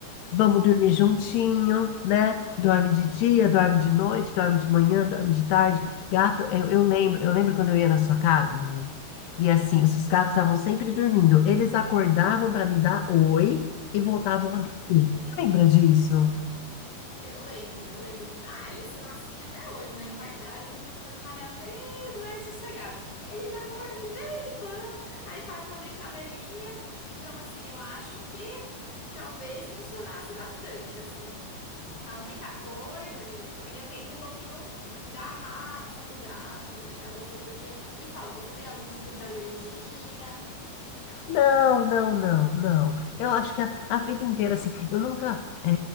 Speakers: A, on the left (about 75°); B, on the left (about 35°).
A: Vamos dormir juntinho, né? Dorme de dia, dorme de noite, dorme de manhã, dorme de tarde. Gato, eu, eu lembro, eu lembro quando eu ia na sua casa, menina. E assim, os seus gatos estavam sempre dormindo. Eles acordavam para me dar oi e voltavam
B: Uhum.
A: a dormir. Você Lembra disso?
B: Eu lembro, eu lembro. Ah, eles são assim até hoje, né? E com a idade eles vão ficando cada vez mais sossegados. Eles acordam de vez em quando, aí faz uma brincadeirinha. Então, assim, eu acho que talvez funcionasse bastante, assim. A única coisa, menina, que também depende um pouquinho da raça do gato, né, pra você, porque me fala, você tem algum tipo de alergia?
A: Não, não, não, não. Eu acho que a, a vida inteira, assim, eu nunca. eh,